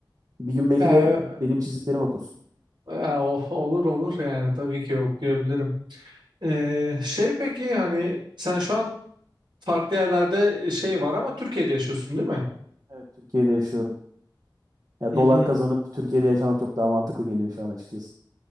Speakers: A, on the right (about 50°); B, on the right (about 75°).
A: Bir gün belki
B: ya,
A: de benim çizdiklerimi okursun.
B: e, ya o- olur olur yani tabii ki okuyabilirim. E, şey peki hani sen şu an farklı yerlerde e, şey var ama Türkiye'de yaşıyorsun değil mi?
A: Evet, Türkiye'de yaşıyorum. Ya
B: Mhm.
A: dolar kazanıp Türkiye'de yaşamak çok daha mantıklı geliyor şu an açıkçası.